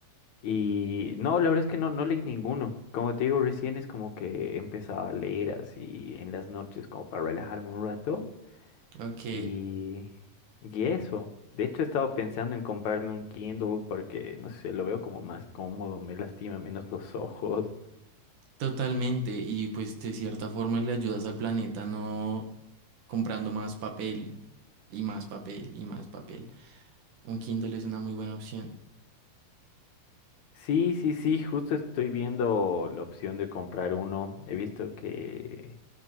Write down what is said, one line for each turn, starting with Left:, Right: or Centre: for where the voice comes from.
Left: Y no, la verdad es que no, no leí ninguno. Como te digo, recién es como que empezaba a leer así en las noches, como para relajarme un rato.
Right: Ok,
Left: Y, y eso. De hecho, he estado pensando en comprarme un Kindle porque, no sé, lo veo como más cómodo, me lastima menos los ojos.
Right: totalmente, y pues de cierta forma le ayudas al planeta no comprando más papel y más papel y más papel. Un Kindle es una muy buena opción.
Left: Sí, sí, sí, justo estoy viendo la opción de comprar uno. He visto que,